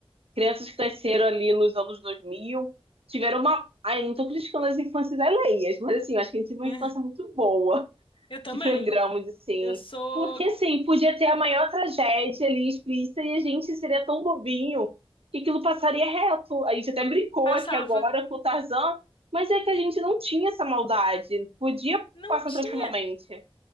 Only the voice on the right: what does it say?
crianças que cresceram ali nos anos 2000 tiveram uma. Ai, não tô criticando as infâncias alheias, mas assim, eu acho que a gente teve uma
infância muito boa.
de programas, assim.
Porque, assim, podia ter a maior tragédia ali explícita e a gente seria tão bobinho que aquilo passaria reto. A gente até brincou
aqui agora com o Tarzan, mas é que a gente não tinha essa maldade. Podia
passar
tranquilamente.